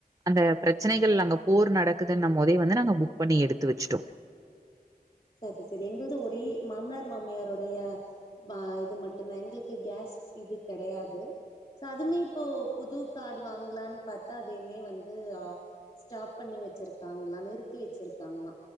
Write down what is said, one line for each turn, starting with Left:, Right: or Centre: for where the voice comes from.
Right: அந்த பிரச்சனைகள் நாங்க போர் நடக்குதுன்ன போதே வந்து நாங்க புக் பண்ணி எடுத்து வச்சுட்டோ
Left: <inaudible> சரி சரி எங்களது ஒரே மாமனார் மாமியருடைய ப இது மட்டுந்தா எங்களுக்கு கேஸ் இது கெடையாது ச அதுமே இப்போ புது கார்டு வாங்லான் பாத்தா அதையமே வந்து அ ஸ்டாப் பண்ணி வச்சிருக்காங்ளா நிறுத்தி வச்சிருக்காங்ளா